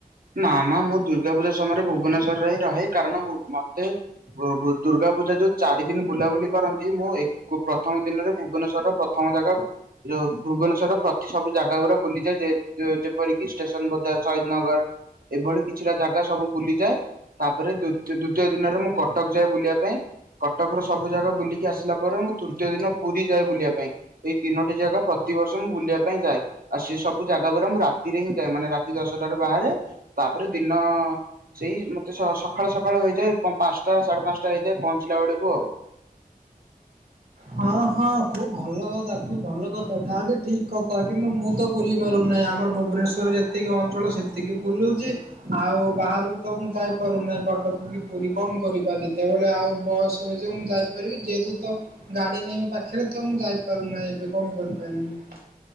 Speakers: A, on the right (about 70°); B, on the right (about 85°).
A: ନା ନା ମୁଁ ଦୁର୍ଗା ପୂଜା ସମୟରେ ଭୁବନେଶ୍ଵରରେ ହିଁ ରହେ କାରଣ ମତେ ଦୁର୍ଗା ପୂଜା ଯୋଉ ଚାରି ଦିନ ବୁଲାବୁଲି କରନ୍ତି ମୁଁ ପ୍ରଥମ ଦିନରେ ଭୁବନେଶ୍ୱରର ପ୍ରଥମ ଜାଗା ଯୋଉ ଭୁବନେଶ୍ୱର ପ୍ରତି ସବୁ ଜାଗା ଗୁଡା ବୁଲିଯାଏ ଯେପରିକି ଷ୍ଟେସନ, ଶହୀଦ ନଗର ଏଭଳି କିଛିଟା ଜାଗା ସବୁ ବୁଲିଯାଏ ତାପରେ ଦ୍ଵିତୀୟ ଦିନରେ ମୁଁ କଟକ ଯାଏ ବୁଲିବା ପାଇଁ। କଟକର ସବୁ ଜାଗା ବୁଲିକି ଆସିଲା ପରେ ମୁଁ ତୃତୀୟ ଦିନ ପୁରୀ ଯାଏ ବୁଲିବା ପାଇଁ। ଏଇ ତିନୋଟି ଜାଗା ପ୍ରତିବର୍ଷ ମୁଁ ବୁଲିବା ପାଇଁ ଯାଏ। ଆଉ ସେ ସବୁ ଜାଗା ଗଡା ମୁଁ ରାତିରେ ହିଁ ଯାଏ ମାନେ ରାତି ଦଶଟାରେ ବାହାରେ ତାପରେ ଦିନ ସେଇ ମତେ ସକାଳୁ ସକାଳୁ ହେଇଯାଏ ପାଞ୍ଚଟା, ସାଢେ ପାଞ୍ଚଟା ହେଇଯାଏ ପହଞ୍ଚିଲା ବେଳକୁ ଆଉ।
B: ହଁ ହଁ ଖୁବ ଭଲ କଥା ଖୁବ ଭଲ କଥା ତା ବି ଠିକ କଥା କିନ୍ତୁ ମୁଁ ତ ବୁଲ ପାରୁନାହିଁ ଆମର ଭୁବନେଶ୍ୱର ଯେତିକି ଅଞ୍ଚଳ ସେତିକି ବୁଲୁଛି। ଆଉ ବାହାରକୁ ତ ମୁଁ ଯାଇପାରୁନାହିଁ କଟକ କି ପୁରୀ କଣ କରିବା ଯେତେବେଳେ ଆଉ ବସ୍ ସହଯୋଗ ମୁଁ ଯାଇପାରିବି ଯେହେତୁ ତ ଗାଡ଼ି ନାହିଁ ମୋ ପାଖରେ ତ ମୁଁ ଯାଇପାରୁନାହିଁ ଏବେ କଣ କରିପାରିବି।